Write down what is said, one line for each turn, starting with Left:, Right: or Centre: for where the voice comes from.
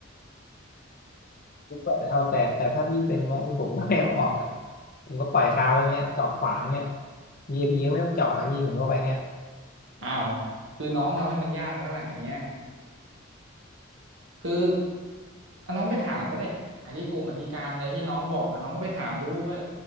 Left: ทุกคนเอาแต่แต่ถ้าพี่เป็นเงี้ยคือผมก็ไม่เอาออกอ่ะผมก็ปล่อยคาไว้เงี้ยจอดขวางเงี้ย VIP ก็ไม่ต้องจอดแล้วพี่ผมก็ไว้เงี้ย
Right: อ้าวคือน้องทำให้มันยากแล้วแหละอย่างเงี้ยคือเอาน้องไปถามก็ได้อธิกงอธิการอะไรที่น้องบอกอะน้องก็ไปถามดูว่า